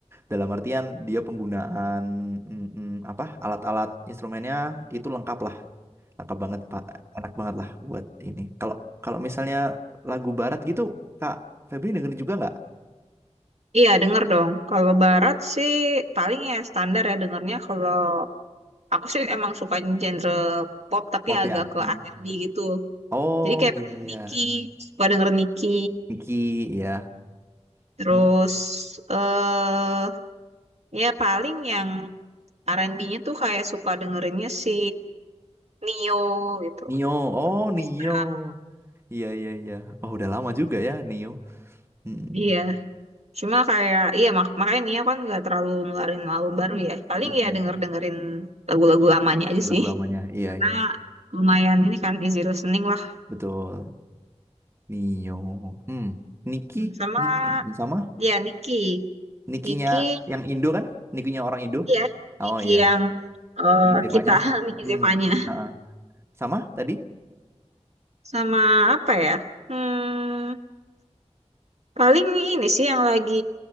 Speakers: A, on the right (about 20°); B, on the right (about 65°).
A: Dalam artian dia penggunaan mm, mm, apa alat-alat instrumennya itu lengkap lah, lengkap banget Pak. Enak banget lah buat ini. Kalau kalau misalnya lagu barat gitu, Kak Febri dengerin juga nggak?
B: Iya, denger dong. Kalau barat sih paling ya standar ya dengernya. Kalau aku sih emang suka genre pop tapi
A: Pop
B: agak
A: ya.
B: ke
A: Mm.
B: R&B gitu.
A: Oh
B: Jadi kayak
A: iya
B: paling
A: iya.
B: Nicki, suka denger Nicki.
A: Niki ya.
B: Terus
A: Mm.
B: eh ya paling yang R&B-nya tuh kayak suka dengerinnya si Nio gitu.
A: Nio, oh
B: Chris
A: Nio.
B: Brown.
A: Iya iya iya. Oh udah lama juga ya Nio. Hmm,
B: Iya. Cuma kayak iya mak makanya Nio kan nggak terlalu ngeluarin album baru ya. Paling
A: hmm,
B: ya
A: hmm.
B: denger-dengerin lagu-lagu lamanya aja
A: Lagu
B: sih.
A: lamanya, iya
B: karena
A: iya,
B: lumayan ini kan easy listening lah
A: betul. Nio, hmm, Niki,
B: sama
A: Niki eh, sama
B: ya Niki
A: Nikinya
B: Niki
A: yang Indo kan? Nikinya orang Indo.
B: ya
A: Oh
B: Niki
A: iya
B: yang
A: iya,
B: eh,
A: Niki Zevanya.
B: kita <laughs> Niki
A: Hmm,
B: Zevanya
A: ah, ah. Sama tadi?
B: sama apa ya hmm, paling ini sih yang lagi